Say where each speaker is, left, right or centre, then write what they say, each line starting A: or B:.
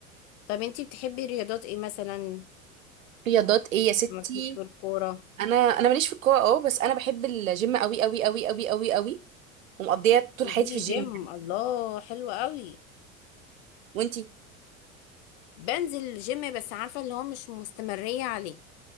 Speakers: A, on the left; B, on the right.
A: طب انتي بتحبي رياضات ايه مثلا
B: رياضات ايه يا ستي
A: مالكيش في الكورة
B: انا انا ماليش في الكوره اه بس انا بحب الجيم قوي قوي قوي قوي قوي قوي ومقضيه طول
A: بتنزلي
B: حياتي في الجيم
A: جيم
B: يعني
A: الله حلو قوي
B: وانتي
A: بنزل الجيم بس عارفة اللي هو مش مستمرية عليه